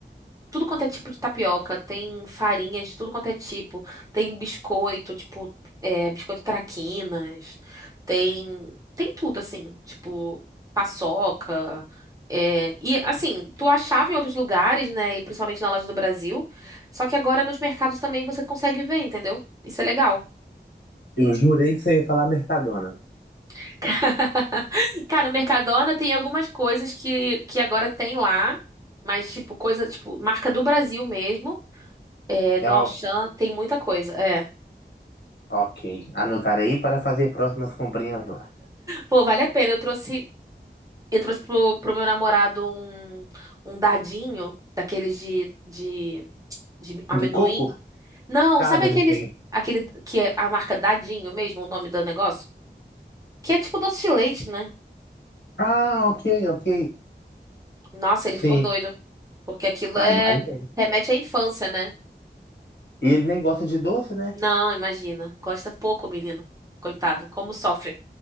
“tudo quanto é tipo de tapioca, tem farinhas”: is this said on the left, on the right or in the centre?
Right